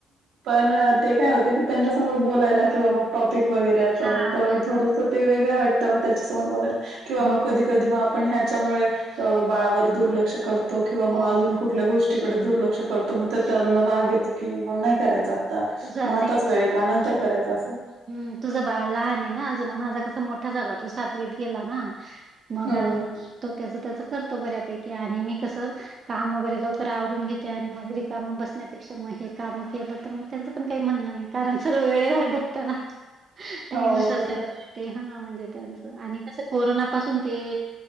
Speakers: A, on the right (about 80°); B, on the right (about 45°).
A: पण ते काय होत? की त्यांच्या समोर बोलायला किंवा मग टॉपिक वगैरे. तेवढं
B: हां,
A: थोडंसं ते वेगळं वाटत, त्याच्या समोर बोलायला किंवा मग
B: हां.
A: कधी? कधी मग आपण ह्याच्यामुळे, बाळावर दुर्लक्ष करतो किंवा मग
B: हो,
A: अजून कुठल्या गोष्टी. तिकडे दुर्लक्ष करतो. मग त्यांना राग येतो की, मग नाही करायच आता
B: तुझा
A: मग आताच वेळ आहे. त्यानंतर करायचं असं.
B: हमं तुझं बाळ लहान आहे ना अजुून, माझा कसा मोठा झाला, तो सातवीत गेला ना. मग
A: हम्म,
B: आ तो त्याच त्याच करतो बऱ्यापैकी आणि मी कसं काम वगैरे लवकर आवरून घेते आणि मग रिकामं बसण्यापेक्षा म हे कामं केलं तर मग त्यांच पण काही म्हणणं नाही कारण सगळं वेळे वारडे तर हां हं हं टाईम
A: हो
B: नुसार
A: बरोबर.
B: सगळया गोष्टी. हा म्हणजे त्यांचं आणि कसं? कोरोना पासून ते